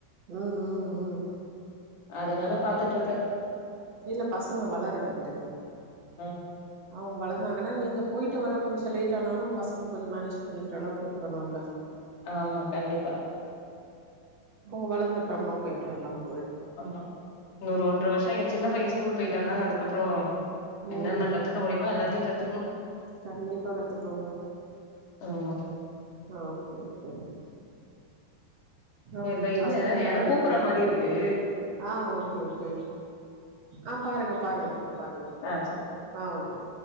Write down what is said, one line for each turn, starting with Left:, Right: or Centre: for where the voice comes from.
Right: ம் ம் ம்
Left: அதனால பாத்துட்டுருக்கே
Right: இல்ல பசங்க வளரட்டு விடுங்க
Left: ஆ
Right: அவங்க வளந்தாங்கன்னா நீங்க போயிட்டு வர கொஞ்சோ லேட் ஆனாலு பசங்க கொஞ்சொ மேனேஜ் பண்ணிக்கிற அளவுக்கு இருக்கணுல்ல
Left: ஆமா கண்டிப்பா
Right: அவ்ங்க வளந்தப்பறம்மா போயிட்டு வர்லாம்
Left: ஆமா இன்னொரு ஒன்ற வருஷோ எ சின்ன பைய ஸ்கூல் போயிட்டானா அதுக்கப்பறோ
Right: ம்
Left: என்னன்ன
Right: ம்
Left: கத்துக்க முடியுமா எல்லாத்தையு கத்துக்கணு
Right: கண்டிப்பா கத்துக்கோங்க
Left: ஆமா
Right: ஓகே ஓகே ஓகே நா
Left: சேரி இதோ இருங்க
Right: ஹஸ்பண்ட்லா
Left: யாரோ
Right: வேலைக்கு
Left: கூப்புற
Right: போயிட்டே
Left: மாரி இருக்கு
Right: ஆ ஓகே ஓகே ஆ பாருங்க பாருங்க அப்பத பாருங்க
Left: ஆ சரி
Right: ஆ ஓகே